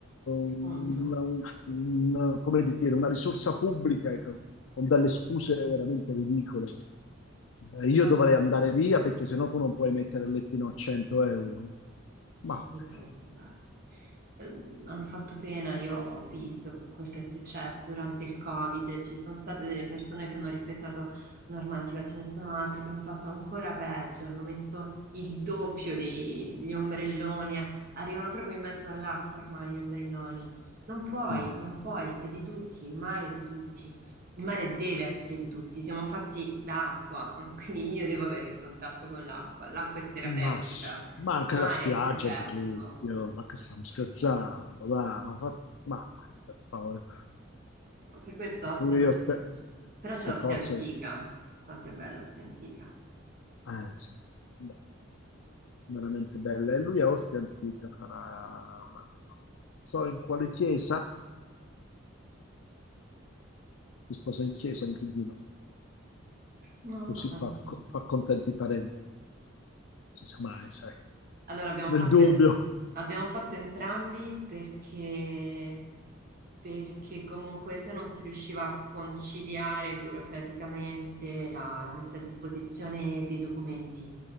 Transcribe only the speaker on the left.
il-
una, un- come dire, una risorsa pubblica e- con delle scuse veramente ridicole. Eh,
Io dovrei andare via perché sennò tu non puoi mettere il lettino a 100 euro.
Ma per
favore,
dai.
ma, sì. ma
anche
la spiaggia
di tutti, oh, ma che stiamo scherzando, dai, ma, fa- ma per favore.
E
pure
io ste, queste
cose,
eh, sì, beh, veramente belle. E lui a Ostia Antica farà, non so in quale chiesa, si sposa in chiesa, mio cugino,
così
fa,
fa contenti i parenti. Si sa mai, sai.
Nel
dubbio,